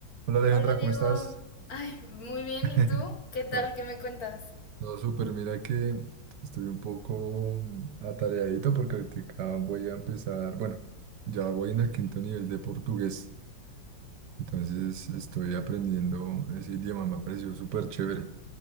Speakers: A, on the right (about 70°); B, on the left (about 55°).
A: Hola Alejandra,
B: Hola Diego,
A: ¿cómo estás?
B: ay, muy bien,
A: <laughs>
B: ¿y tú? ¿Qué tal?
A: Todo,
B: ¿Qué me cuentas?
A: todo súper, mira que estoy un poco mm, atareadito porque ahorita voy a empezar, bueno, ya voy en el quinto nivel de portugués, entonces estoy aprendiendo ese idioma, me ha parecido súper chévere.